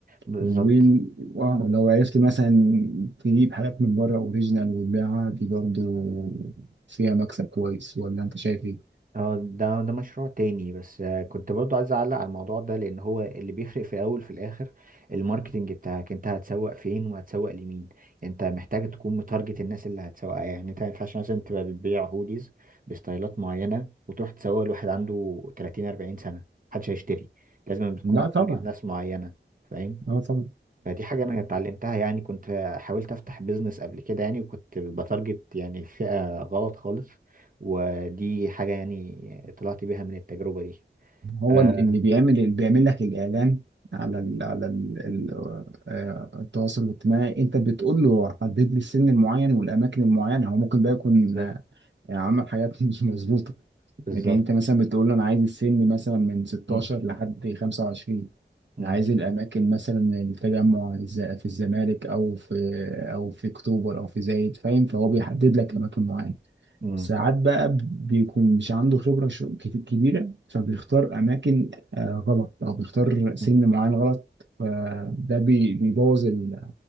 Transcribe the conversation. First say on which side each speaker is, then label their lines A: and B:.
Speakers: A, on the right; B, on the right.
A: بالظبط
B: وال- ولو عرفت مثلا تجيب حاجات من بره اوريجينال وتبيعها دي برضو فيها مكسب كويس ولا انت شايف ايه؟
A: اه ده ده مشروع تاني بس آه، كنت برضو عايز اعلق على الموضوع ده لان هو اللي بيفرق في الاول في الاخر الماركتنج بتاعك انت هتسوق فين وهتسوق لمين يعني انت محتاج تكون متارجت الناس اللي هتسوقها يعني انت ما ينفعش مثلا تبقى بتبيع هوديز بستايلات معينة وتروح تسوق لواحد عنده 30 40 سنة محدش هيشتري لازم بتكون
B: لا
A: متارجت
B: طبعا
A: ناس معينة فاهم
B: اه طبعا
A: فدي حاجة أنا اتعلمتها يعني كنت حاولت أفتح بيزنس قبل كده يعني وكنت بتارجت يعني فئة غلط خالص ودي حاجة يعني طلعت بيها من التجربة دي
B: هو
A: آه
B: ال- اللي بيعمل اللي بيعمل لك الاعلان على ال على ال ال آه، التواصل الاجتماعي انت بتقول له حدد لي السن المعين والاماكن المعينه هو ممكن بقى يكون
A: بالظبط
B: آه، عمل حاجات <laughs> مش مظبوطه
A: بالظبط
B: لكن انت مثلا بتقول له انا عايز السن مثلا من 16
A: مم،
B: لحد 25
A: مم،
B: انا عايز الاماكن مثلا التجمع الز- في الزمالك او في او في اكتوبر او في زايد فاهم فهو بيحدد لك اماكن معينه
A: مم،
B: ساعات بقى بيكون مش عنده خبرة ش- كت- كبيرة فبيختار أماكن آه، غلط أو بيختار سن
A: مم.
B: معين غلط فده بي- بيبوظ ال...